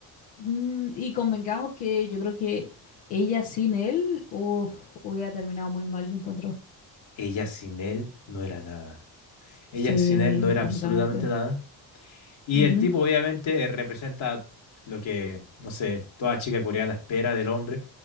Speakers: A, on the left; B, on the left.
A: mm, y convengamos que yo creo que ella sin él, uf, hubiera terminado muy mal, yo encuentro.
B: Ella sin él no era nada. Ella
A: Sí,
B: sin él no era
A: completamente.
B: absolutamente nada. Y
A: Ujú.
B: el tipo obviamente eh, representa lo que, no sé, toda chica coreana espera del hombre,